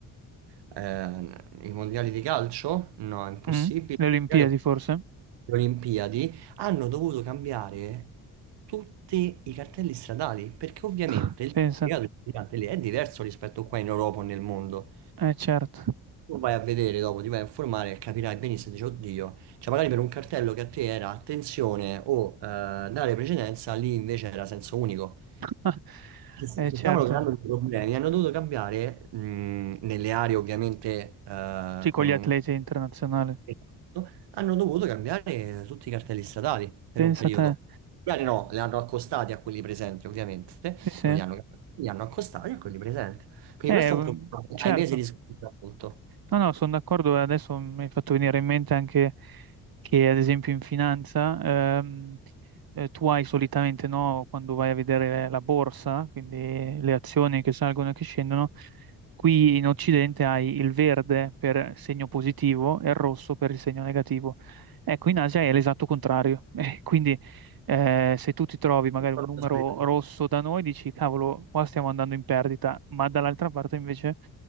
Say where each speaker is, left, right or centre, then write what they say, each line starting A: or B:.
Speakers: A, on the right; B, on the right.
A: eh, i mondiali di calcio. No, è impossibile.
B: Mm? Le
A: I
B: Olimpiadi
A: mondiali o
B: forse?
A: le Olimpiadi hanno dovuto cambiare tutti i cartelli stradali perché ovviamente
B: <laughs>
A: il significato
B: Pensa.
A: del gigante lì è diverso rispetto qua in Europa o nel mondo.
B: Eh certo.
A: Tu vai a vedere dopo, ti vai a informare e capirai benissimo, dici, oddio. Cioè, magari per un cartello che a te era attenzione o eh, dare precedenza, lì invece era senso unico.
B: <laughs>
A: Ci s-
B: Eh
A: si
B: certo.
A: stavano creando dei problemi, hanno dovuto cambiare mh, nelle aree ovviamente eh,
B: Sì, con
A: con
B: gli atleti
A: un...
B: internazionali.
A: Esatto, hanno dovuto cambiare tutti i cartelli statali per
B: Pensa
A: un periodo.
B: a te.
A: Gli aree no, le hanno accostati a quelli presenti ovviamente,
B: Sì, sì.
A: non li hanno cambiati, li hanno accostati a quelli presenti. Quindi
B: Eh,
A: questo
B: un-
A: è un problema che
B: certo.
A: ai mesi riscontra molto.
B: No, no, sono d'accordo. e Adesso mi hai fatto venire in mente anche che, ad esempio, in finanza, ehm, eh, tu hai solitamente, no, quando vai a vedere la borsa, quindi le azioni che salgono e che scendono, qui in Occidente hai il verde per segno positivo e il rosso per il segno negativo. Ecco, in Asia è l'esatto contrario. <laughs> Eh, Quindi, eh, se tu ti trovi magari
A: Questo
B: un
A: non
B: numero
A: lo sapevo.
B: rosso da noi, dici, cavolo, qua stiamo andando in perdita, ma dall'altra parte invece